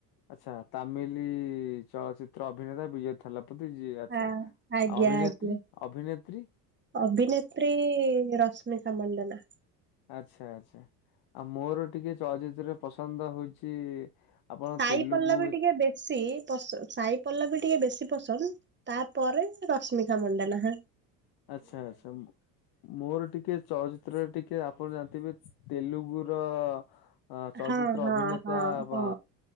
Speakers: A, on the left; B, on the right.
A: ଆଚ୍ଛା ତାମିଲି ଚଳଚ୍ଚିତ୍ର ଅଭିନେତା ବିଜୟ। ଥାଲାପତି ଯିଏ ଆଛା
B: ଆ ଆଜ୍ଞା
A: ଅଭିନେତ୍ରୀ,
B: ଆଜ୍ଞା।
A: ଅଭିନେତ୍ରୀ।
B: ଅଭିନେତ୍ରୀ ରଶ୍ମିକା ମଣ୍ଡନା।
A: ଆଚ୍ଛା ଆଚ୍ଛା ଆଉ ମୋର ଟିକେ ଚଳଚିତ୍ରରେ ପସନ୍ଦ ହଉଛି। ଆପଣ
B: ସାଇ
A: ତେଲୁଗୁ
B: ପଲ୍ଲବି ଟିକେ ବେଶୀ ପସନ୍ଦ ସାଇ ପଲ୍ଲବି ଟିକେ ବେଶୀ ପସନ୍ଦ। ତାପରେ ରଶ୍ମିତା ମଣ୍ଡନା ହା।
A: ଆଚ୍ଛା ଆଚ୍ଛା ମୁଁ। ମୋର ଟିକେ ଚଳଚିତ୍ରରେ ଟିକେ ଆପଣ ଜାଣିଥିବେ ତେଲୁଗୁ ର। ଅ ଚଳଚିତ୍ର
B: ହଁ ହଁ
A: ଅଭିନେତା
B: ହଁ ହଁ।
A: ବା